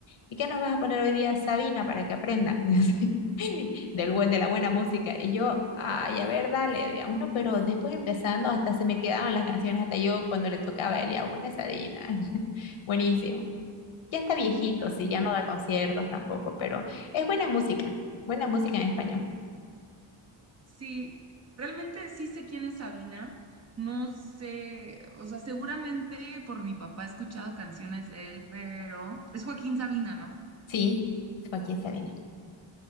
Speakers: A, on the left; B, on the right.
A: ¿y qué nos vas a poner hoy día, Sabina, para que aprendan <laughs> Y así, del, buen- de la buena música? Y yo, ay, a ver, dale, digamos, ¿no? Pero después empezando, hasta se me quedaban las canciones, hasta yo cuando le tocaba a él, ya pon esa Dina. <laughs> Buenísimo. Ya está viejito,
B: Sabina.
A: sí, ya no da conciertos tampoco, pero es buena música, buena música en español.
B: Sí, realmente sí sé quién es Sabina. No sé, o sea, seguramente por mi papá he escuchado canciones de él, pero es Joaquín Sabina, ¿no?
A: Sí, Joaquín Sabina.